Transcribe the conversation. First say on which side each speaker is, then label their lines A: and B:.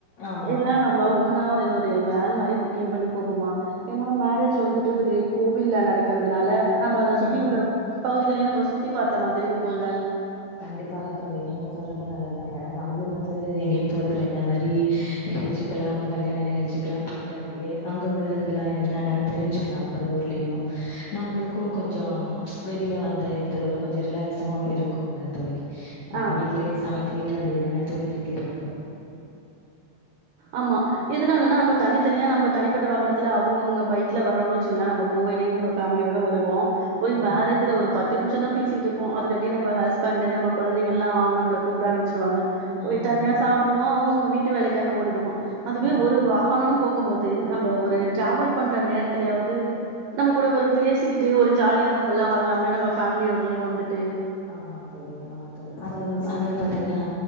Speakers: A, on the left; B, on the right.
A: ஆமா
B: ஏன்னா நம்ப ஒன்னா இது ஒரு வேன் மாரி புக்கிங் பண்ணி போகுமா ஏன்னா மேரேஜ் வந்துட் ஒரு கோவில்ல நடக்குறதுனால நம்ப அத சுத்தி
A: ம்
B: உள்ள பகுதிகளையு நம்ப சுத்தி பாத்த மாதிரி இருக்குல்ல
A: கண்டிப்பாக தோழி நீங்க சொல்றது நல்லதுதா ஏன்னா நம்பளு வந்து எங்கேயு போறது இல்ல இந்த மாரி நிகழ்ச்சிக்கெல்லாம் இப்ப கல்யாண நிகழ்ச்சிக்கெல்லா போயி்ட்டு அப்டியே அங்க உள்ள இதெல்லா என்ன என்னன்னு தெரிஞ்சுக்கலா அந்த ஊர்லயு நம்பளுக்கு கொஞ்சோ வெளில வந்த இது கொஞ்ச ரிலாக்ஸா இருக் கும்ல தோழி நம்ம
B: ஆ
A: வீட்லயே சமை த்து விட்டு அப்டியேதானே தோழி இருக்கிறோ
B: ஆமா எதுனாலன்னா நம்ப தனித்தனியா நம்ப தனிப்பட்ட வாகனத்துல அவுங்கவுங்க பைக்ல வரோன்னு வச்சுங்ளே நம்ம போ யினே நம்ம ஃபேமலியோட வருவோ போய்
A: ம்
B: மேரேஜ்ல ஒரு பத்து நிமிஷந்தா பேசிட்டுருப்போ அது கட்டி நம்ப ஹஸ்பண்ட் நம்ப குழந்தைங்க எல்லா நம்பள கூப்ட ஆரம்பிச் சிரு வாங்க போய்
A: ம்
B: தனியா சாப்டுவோ அவுங்க அவுங்க வீட்டு வேலைக்காக ஓடிடுவோ அதுவே
A: ம்.
B: ஒரு வாகனோன் போகும் போது நம்ப ஒரு டிராவல் பண்ற நேரத்துலயாவது நம்ம கூட ஒரு பேசிக்கிட்டு ஒரு ஜாலியா நம்பல்லா வரலாம்ல நம்ப ஃபேமிலியோடையு வந்துட்டு
A: ஆமா தோழி ஆமா தோழி அத அத பாத்தீங்கன்னா